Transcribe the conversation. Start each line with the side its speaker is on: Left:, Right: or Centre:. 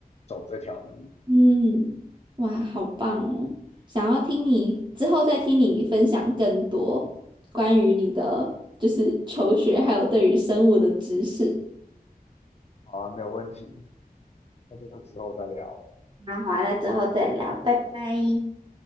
Left: 走这条路。
Right: 嗯，哇，好棒哦！想要听你之后再听你分享更多关于你的就是求学，还有对于生物的知识。
Left: 好啊，没有问题，那就之后再聊了
Right: 那好了那之后再聊，拜拜。